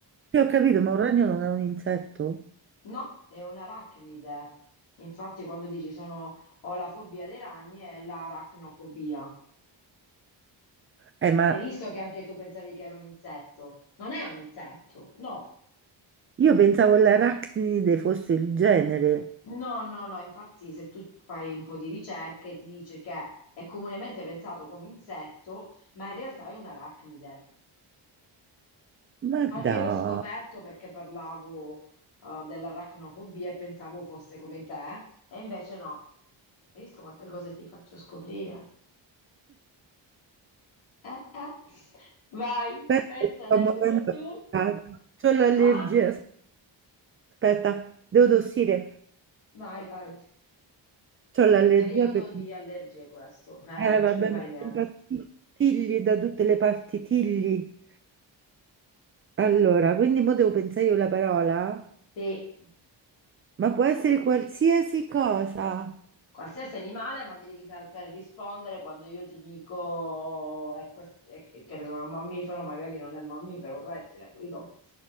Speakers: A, on the right; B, on the left.
A: Sì, ho capito, ma un ragno non è un insetto?
B: No, è un'arachnide. Infatti, quando dici sono, ho la fobia dei ragni, è l'arachnofobia.
A: Eh, ma
B: Hai visto che anche tu pensavi che era un insetto? Non è un insetto, no.
A: Io pensavo l'arachnide fosse il genere,
B: No, no, no, infatti se tu fai un po' di ricerche ti dice che è comunemente pensato come insetto, ma in realtà è un'arachnide.
A: ma
B: Ah,
A: dai,
B: Io l'ho scoperto perché parlavo eh, dell'aracnofobia e pensavo fosse come te, e invece no. Hai visto quante cose ti faccio scoprire? Eh, eh. Vai,
A: aspetta,
B: pensane
A: che sto morendo.
B: uno
A: di
B: tu.
A: caldo. C'ho l'allergia,
B: Ah,
A: aspetta, devo tossire,
B: vai, vai.
A: c'ho l'allergia
B: È periodo
A: per...
B: di allergie questo, eh, non
A: Eh, vabbè,
B: ci puoi fare
A: mi
B: niente.
A: impazzisco. tigli da tutte le parti, tigli. Allora, quindi mo devo pensare io la parola?
B: Sì,
A: Ma può essere qualsiasi cosa.
B: qualsiasi animale, ma mi devi saper rispondere quando io ti dico è quest- è- che ne so, è un mammifero, magari non è un mammifero, è un rettile, capito?